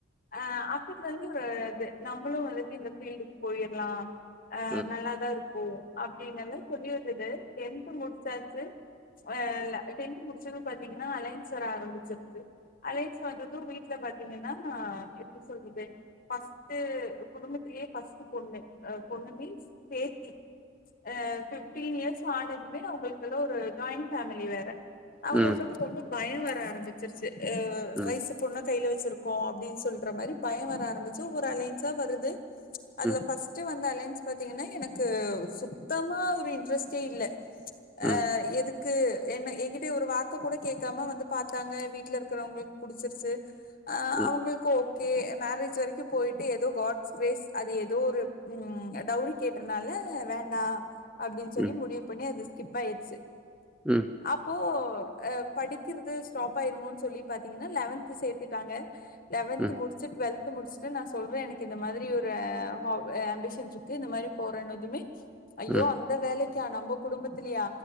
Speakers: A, on the left; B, in the centre.
A: ஆ அப்பத்துலந் து ஒரு இது நம்பளூ வந்துட்டு இந்த ஃபீல்டுக்கு போயிர்லா ஆ
B: ம்
A: நல்லாதாருக் போ அப்டின்னால கொஞ்சோத் து டென்த்து முடிச்சாச்சு ஆ ஆ இல்ல டென்த் முடிச் படிச்சது பாத்தீங்கனா அலைன்ஸ் வர ஆரம்பிச்சிருது அலைன்ஸ் வந்தது வீட்ல பத் எனன்னா நா எப்டி சொல்றது பர்ஸ்ட்டு குடும்பத்திலயே பர்ஸ்ட்டு பொண்ணு அ பொண்ணு மீன்ஸ் பேத்தி அஹ் டுப் தீ இயர்ஸ் ஆனதுமே நா உங்களுக்கலா ஒரு ஜாயிண்ட் ஃபேமிலி வேற அவுங்கெல்லா
B: ம் ம்
A: ரொம்பப் பய வர ஆரம்பிச்சிருச்சு அ
B: ம்
A: ரைசு பொண்ண கையில வச்சிருக்கோ அப்டின் சொல்ற மாரி பய வர ஆரம்பிச்சு ஒரு அலைன்ஸா வருது அதுல
B: ம்
A: ஃபஸ்ட் வந் த அலையன்ஸ் பாத்தீங்கன்னா எனக்கு சுத்தமா ஒரு இன் ட்ரஸ்டே இல்ல
B: ம்.
A: அஹ் எதுக் கு என்ன எகிட்ட ஒரு வார்த்த கூட கேக்காம வந்து பாத்தாங்க வீட்ல இருக்குறவங்களுக்கு புடிச்சிருச்சு அஹ்
B: ம்.
A: அவங்களுக்கு ஓ கே மேரேஜ் வரைக்கு போயிட்டு ஏதோ காட்ஸ் கிரேஸ் அது ஏதோ ஒரு உம் டவுரி கேட்டத்னால வேண்டா அப்
B: ம்.
A: சொல்லி முடிவு பண்ணி அதுச் ஸ்கிப்பாயிர்ச்சு
B: ம்.
A: அப்போ ஒ ஆ படிக்கிறது ஸ்டாப் ஆயிருமோன் சொல்லி பாத்தீங்கன்னா லெவன்த் சேத்துட்டாங்க லெவெந்த்
B: ம்.
A: முடிச்சு ட்வெல் து முடிச்சுட்டு நா சொல்றே எனக்கு இந்த மாதிரி ஒரு ஆ ஹொப் அம்பிஷன்ருக்கு இந்த மாரி போறேன்னதுமே ஐயோ
B: ம். ம்.
A: அந்த வேலைக் க்கா நம்ப குடும்பத்துலயா